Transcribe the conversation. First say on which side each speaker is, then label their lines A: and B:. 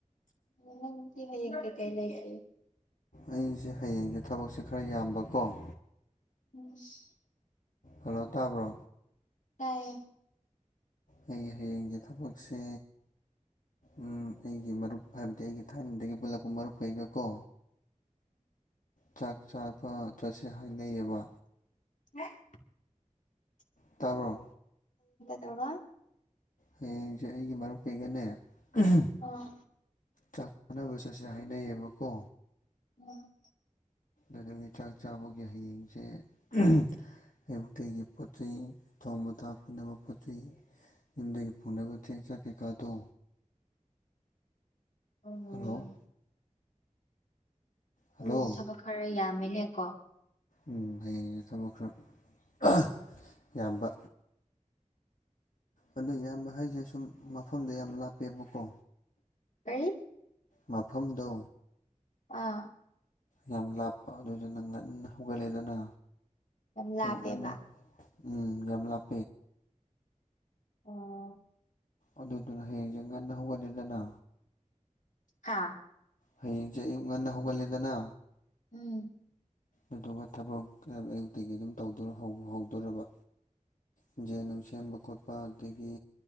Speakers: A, on the left (about 70°); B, on the left (about 85°).
A: ꯅꯪꯗꯤ ꯍꯌꯦꯡ ꯀꯩ ꯀꯩ ꯂꯩꯒꯦ
B: ꯑꯩꯁꯦ ꯍꯌꯦꯡꯁꯦ ꯊꯕꯛꯁꯦ ꯈꯔ ꯌꯥꯝꯕꯀꯣ
A: ꯎꯪ ꯁꯁ
B: ꯍꯜꯂꯣ ꯇꯥꯕ꯭ꯔꯣ
A: ꯇꯥꯏꯌꯦ
B: ꯑꯩꯒꯤ ꯍꯌꯦꯡꯒꯤ ꯊꯕꯛꯁꯦ ꯎꯝ ꯑꯩ ꯑꯩ ꯃꯔꯨꯞ ꯍꯥꯏꯕꯗꯤ ꯑꯩꯒꯤ ꯊꯥꯏꯅꯗꯒꯤ ꯄꯨꯜꯂꯛꯄ ꯃꯔꯨꯞ ꯀꯩꯒ ꯀꯣ ꯆꯥꯛ ꯆꯥꯕ ꯆꯠꯁꯦ ꯍꯥꯏꯅꯩꯌꯦꯕ
A: <unintelligible>
B: ꯇꯥꯕ꯭ꯔꯣ
A: ꯇꯧꯕꯥ
B: ꯍꯌꯦꯡꯁꯦ ꯑꯩꯒꯤ ꯃꯔꯨꯞ ꯀꯩꯒꯅꯦ ꯎꯝ ꯍ
A: ꯑꯣ
B: ꯆꯥꯛ ꯆꯥꯟꯅꯕ ꯆꯠꯁꯦ ꯍꯥꯏꯅꯩꯌꯦꯕꯀꯣ
A: ꯎꯝ
B: ꯑꯗꯨꯒꯤ ꯆꯥꯛ ꯆꯥꯕꯒꯤ ꯍꯌꯦꯡꯁꯦ ꯎꯝ ꯑꯌꯨꯛꯇꯒꯤ ꯄꯣꯠ ꯆꯩ ꯊꯣꯡꯕ ꯊꯥꯛ ꯄꯨꯅꯕ ꯄꯣꯠ ꯆꯩ ꯌꯨꯝꯗꯒꯤ ꯄꯨꯅꯕ ꯆꯦꯡ ꯆꯥꯛ ꯀꯩꯀꯥꯗꯣ
A: ꯑꯣ
B: ꯍꯜꯂꯣ ꯍꯜꯂꯣ
A: ꯎꯝ ꯊꯕꯛ ꯈꯔ ꯌꯥꯝꯃꯦꯍꯦ ꯀꯣ
B: ꯎꯝ ꯍꯌꯦꯡꯖꯦ ꯊꯕꯛ ꯈꯔ ꯑꯑ ꯌꯥꯝꯕ ꯑꯗꯨ ꯌꯥꯝꯕ ꯍꯥꯏꯁꯦ ꯁꯨꯝ ꯃꯐꯝꯗꯣ ꯌꯥꯝ ꯂꯥꯞꯄꯦꯕꯀꯣ
A: ꯀꯔꯤ
B: ꯃꯐꯝꯗꯣ
A: ꯑꯥ
B: ꯌꯥꯝ ꯂꯥꯞꯄ ꯑꯗꯨꯗꯨꯅ ꯉꯟꯅ ꯍꯧꯒꯠꯂꯦꯗꯅ
A: ꯂꯥꯞꯄꯦꯕ
B: ꯑꯌꯨꯛ ꯉꯟꯅ ꯎꯝ ꯌꯥꯝ ꯂꯥꯞ
A: ꯑꯣ
B: ꯑꯗꯨꯗꯨꯅ ꯍꯌꯦꯡꯖꯦ ꯉꯟꯅ ꯍꯧꯒꯠꯂꯦꯗꯅ
A: ꯍꯥꯥ
B: ꯍꯌꯦꯡꯖꯦ ꯑꯌꯨꯛ ꯉꯟꯅ ꯍꯧꯒꯠꯂꯦꯗꯅ
A: ꯎꯝ
B: ꯑꯗꯨꯗꯨꯒ ꯊꯕꯛ ꯑꯌꯨꯛꯇꯒꯤ ꯑꯗꯨꯝ ꯇꯧꯗꯣꯔ ꯍꯧꯕꯨ ꯍꯧꯗꯣꯔꯕ ꯌꯦꯖꯦꯟ ꯅꯨꯡ ꯁꯦꯝꯕ ꯈꯣꯠꯄ ꯑꯗꯨꯗꯒꯤ